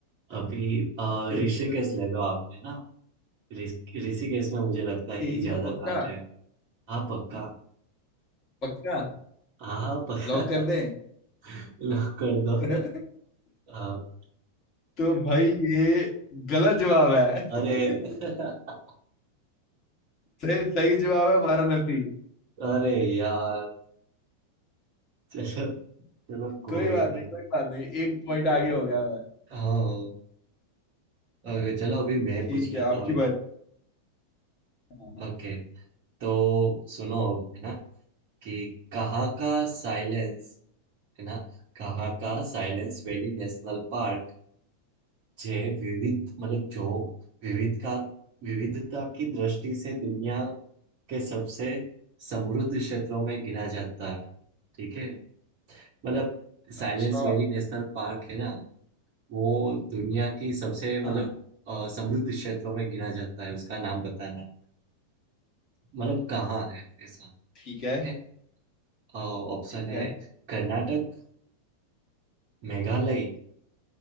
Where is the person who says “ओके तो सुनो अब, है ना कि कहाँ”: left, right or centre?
Right